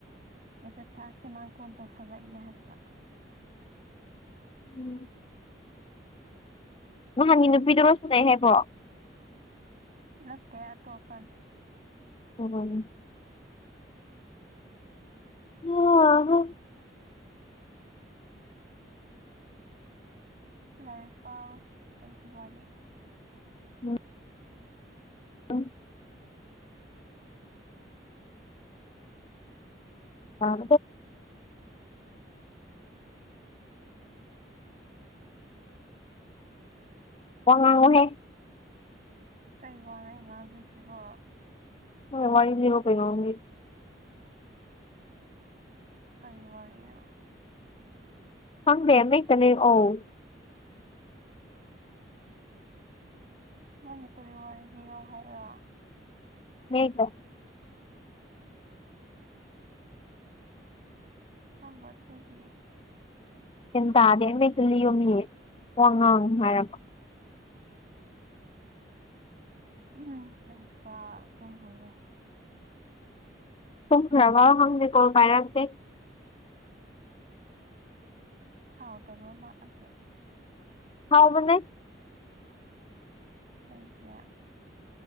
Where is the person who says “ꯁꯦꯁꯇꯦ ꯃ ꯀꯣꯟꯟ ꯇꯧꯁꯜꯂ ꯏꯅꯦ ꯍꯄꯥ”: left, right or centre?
Right